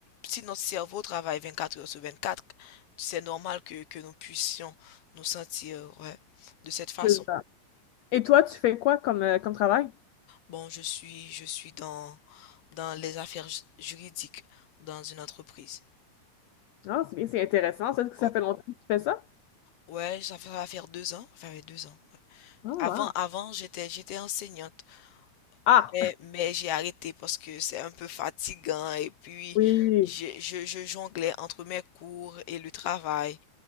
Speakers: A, on the left; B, on the left.
A: si notre cerveau travaille vingt-quatre heures sur vingt-quatre c'est normal que que nous puissions nous sentir, ouais, de cette façon.
B: que Et toi, tu fais quoi comme, euh, comme travail?
A: Bon, je suis, je suis dans dans les affaires ju- juridiques dans une entreprise.
B: Ah, c'est bien, c'est intéressant. Ça, Est-ce que
A: Ouais,
B: ça fait longtemps que tu fais ça?
A: ouais, ça fait- ça va faire deux ans, ça fait deux ans. ouais.
B: Ah,
A: Avant,
B: wow.
A: avant, j'étais j'étais enseignante.
B: Ah!
A: Mais, mais j'ai arrêté parce que c'est un peu fatigant et puis
B: Oui,
A: je, je, je jonglais entre mes cours et le travail